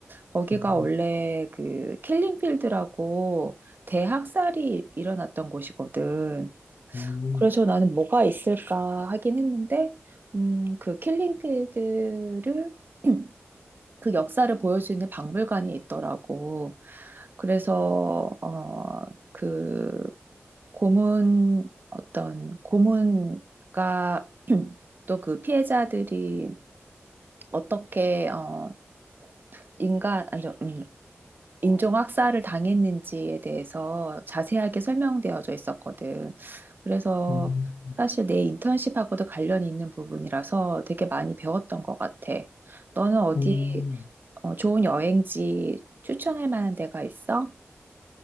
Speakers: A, on the right; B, on the left.
A: 거기가
B: 음,
A: 원래 그 킬링필드라고 대학살이 일어났던 곳이거든.
B: 음,
A: 그래서 나는 뭐가 있을까 하긴 했는데 음, 그 킬링필드를 <clears throat> 그 역사를 보여주는 박물관이 있더라고. 그래서 어, 그 고문 어떤 고문과 <clears throat> 또 그 피해자들이 어떻게 어, 인간 아니죠 음, 인종 학살을 당했는지에 대해서 자세하게 설명되어져 있었거든. 그래서
B: 음. 음,
A: 사실 내 인턴십하고도 관련이 있는 부분이라서 되게 많이 배웠던 것 같아. 너는 어디
B: 음.
A: 어, 좋은 여행지 추천할 만한 데가 있어?